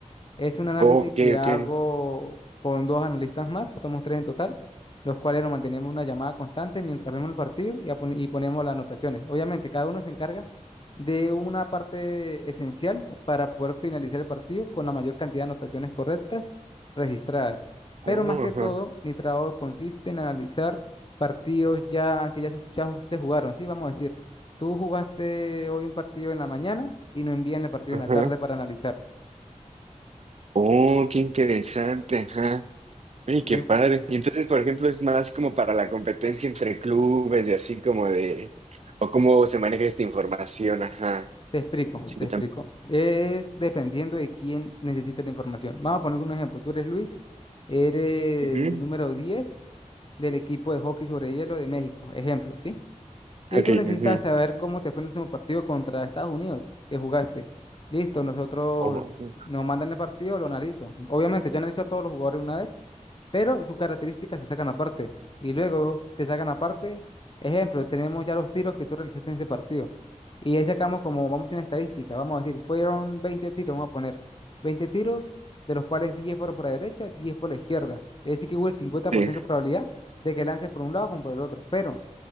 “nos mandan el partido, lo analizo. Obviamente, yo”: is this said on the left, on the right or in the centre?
Left